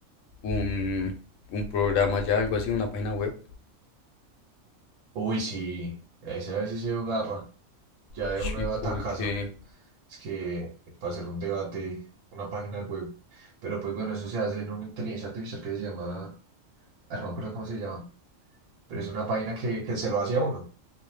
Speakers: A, on the left; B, on the right.
A: un, un programa ya, algo así, una página web.
B: uy, sí, esa vez sí se agarra. Ya de
A: Uy,
B: uno de
A: ¿y por
B: batacazo.
A: qué?
B: Es que para hacer un debate, una página web. Pero pues bueno, eso se hace en una inteligencia artificial que se llama, ah, no me acuerdo cómo se llama, pero es una página que, que se lo hace a uno.